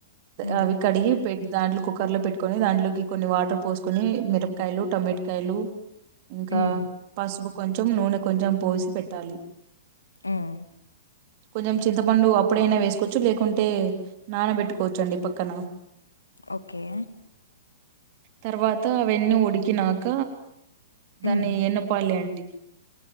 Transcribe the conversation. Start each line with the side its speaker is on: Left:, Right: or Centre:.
Left: మ్మ్
Right: అవి కడిగి పె దాంట్లో కుక్కర్ లో పెట్టుకొని దాంట్లోకి కొన్ని వాటర్ పోసుకొని మీర కాయలు టొమటకాయలు ఇంకా
Left: మ్మ్
Right: పసుపు కొంచెం నూనె కొంచెం పోసి పెట్టాలి
Left: ఉమ్
Right: కొంచెం చింతపండు అప్పుడైనా వేసుకోవచ్చు లేకుంటే నానబెట్టుకోవచ్చు అండి పక్కన
Left: ఓకే
Right: తర్వాత అవన్నీ ఉడికినాక దాన్ని
Left: మ్మ్
Right: ఎనపాలి అండి